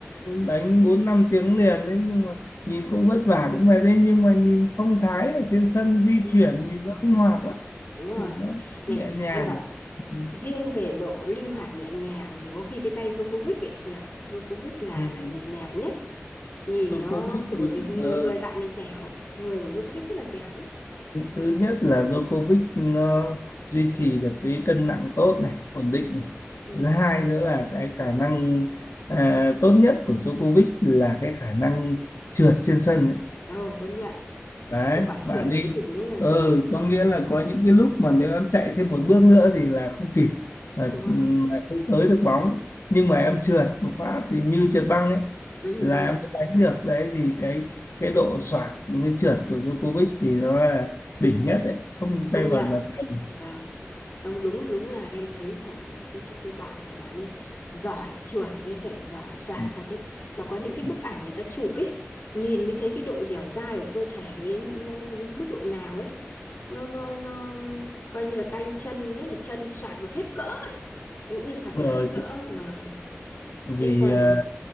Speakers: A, on the left; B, on the left.
A: đánh bốn năm tiếng liền đấy nhưng mà nhìn cũng vất vả cũng mệt đấy nhưng mà nhìn phong thái ở trên sân di
B: Ừ.
A: chuyển nhìn nó linh hoạt lắm
B: đúng rồi
A: nhìn nó
B: này
A: nhẹ nhàng
B: em bảo
A: ừ.
B: riêng về độ linh hoạt nhẹ nhàng thì có khi cái tay Djokovic ấy nhỉ Djokovic là
A: Ừ.
B: là nhẹ nhàng nhất nhìn
A: Djokovic
B: nó kiểu bởi
A: ừ,
B: vì người,
A: ờ,
B: người bạn này dẻo người của Djokovic rất là dẻo ấy
A: thứ thứ nhất là Djokovic nó duy trì được cái cân nặng tốt này ổn định này
B: Ừ.
A: thứ hai nữa là cái khả năng à, tốt nhất của Djokovic là cái khả năng trượt trên sân
B: Ồ, công nhận
A: đấy
B: cái quả trượt
A: bạn đi
B: đấy thì đúng là
A: ừ có nghĩa
B: Ừ.
A: là có những cái lúc mà nếu em chạy thêm một bước nữa thì là không kịp là,
B: đúng rồi
A: là không tới được bóng nhưng mà em trượt một phát thì như trượt băng ấy
B: ừ,
A: là
B: ừ,
A: em mới đánh được đấy thì cái cái độ xoạc mới trượt của Djokovic thì nó là đỉnh nhất đấy không
B: công
A: tay
B: nhận
A: vợt là theo được
B: vâng không đúng đúng là em thấy thằng cái cái cái bạn này bạn ấy giỏi trượt với lại giỏi xoạc
A: Ừ,
B: thật đấy mà có những cái
A: ừ,
B: bức ảnh người ta chụp ấy nhìn mới thấy
A: ừ.
B: cái độ dẻo dai của cơ thể nó đến nó, nó đến cái mức độ nào ấy nó nó nó coi như là tay chân nhất là chân xoạc được hết cỡ em nghĩ là xoạc
A: đúng
B: được
A: rồi
B: hết cỡ vâng
A: vì
B: thế còn
A: ờ,